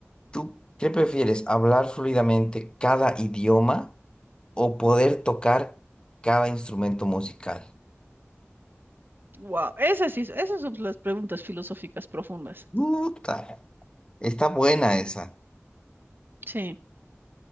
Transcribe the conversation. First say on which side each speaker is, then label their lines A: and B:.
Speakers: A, on the left; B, on the right.
A: ¿tú qué prefieres? ¿Hablar fluidamente cada idioma o poder tocar cada instrumento musical?
B: Wow, esas sí, esas son las preguntas filosóficas profundas.
A: Puta, está buena esa.
B: Sí,